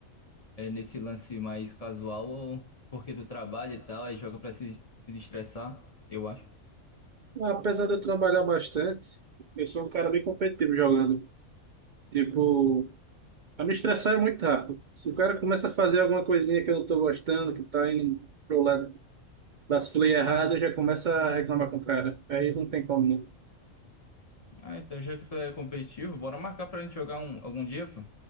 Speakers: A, on the left (about 30°); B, on the right (about 70°).
A: é, nesse lance mais casual ou porque tu trabalha e tal, aí joga pra se, se destressar, eu acho.
B: Apesar de eu trabalhar bastante, Eu sou um cara bem competitivo jogando. Tipo, a me estressar é muito rápido. Se o cara começa a fazer alguma coisinha que eu não tô gostando, que tá indo pro lado, vacilei errado, eu já começa a reclamar com o cara. Aí não tem como, não.
A: Ah, então já que tu é competitivo, bora marcar pra gente jogar um, algum dia, pô.